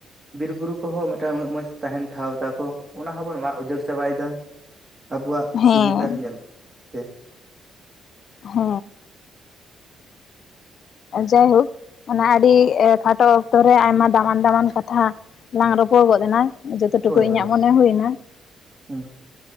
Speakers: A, on the right; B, on the left.
A: ᱵᱤᱨ ᱵᱩᱨᱩ ᱠᱚᱦᱚᱸ ᱢᱤᱫᱴᱟᱝ ᱩᱱᱟᱹᱜ ᱢᱚᱸᱡᱽ ᱛᱟᱦᱮᱱ ᱴᱷᱟᱶ ᱛᱟᱠᱚ ᱚᱱᱟ ᱦᱚᱸᱵᱚᱱ ᱢᱟᱜ ᱩᱡᱟᱹᱲ ᱪᱟᱵᱟᱭᱮᱫᱟ ᱾ ᱟᱵᱚᱣᱟᱜ
B: ᱦᱮᱸ
A: ᱥᱩᱵᱤᱫᱟᱨ ᱧᱮᱞ ᱛᱮ
B: ᱦᱮ ᱾ ᱡᱟᱭᱦᱳᱠ ᱚᱱᱟ ᱟᱹᱰᱤ ᱮ ᱠᱷᱟᱴᱚ ᱚᱠᱛᱚ ᱨᱮ ᱟᱭᱢᱟ ᱫᱟᱢᱟᱱ ᱫᱟᱢᱟᱱ ᱠᱟᱛᱷᱟ ᱞᱟᱝ ᱨᱚᱯᱚᱲ ᱜᱚᱫ ᱮᱱᱟ ᱾ ᱡᱚᱛᱚ ᱴᱩᱠᱩ
A: ᱦᱳᱭ
B: ᱤᱧᱟᱹᱜ
A: ᱦᱳᱭ
B: ᱢᱚᱱᱮ ᱦᱩᱭ ᱮᱱᱟ ᱾
A: ᱦᱩᱸ